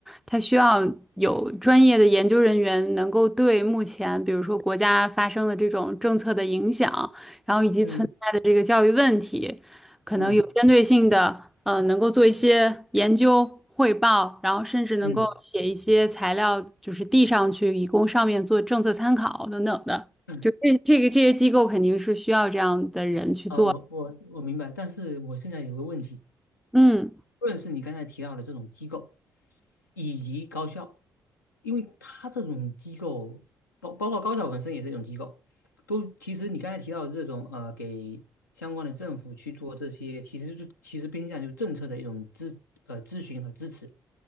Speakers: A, in the centre; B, on the left (about 85°).
A: 他需要有专业的研究人员能够对目前，比如说国家发生的这种政策的影响，然后以及存在的这个教育问题。
B: 嗯
A: 可能有针对性的，
B: 嗯
A: 呃，能够做一些研究汇报，然后甚至能够写一些材料，
B: 嗯
A: 就是递上去，以供上面做政策参考等等的。
B: 嗯，
A: 就这这个这些机构肯定是需要这样的人去做。
B: 呃，我我我明白，但是我现在有个问题，
A: 嗯
B: 无论是你刚才提到的这种机构，以及高校，因为它这种机构，包包括高校本身也是一种机构，都其实你刚才提到的这种呃，给相关的政府去做这些，其实就其实偏向就是政策的一种咨呃咨询和支持，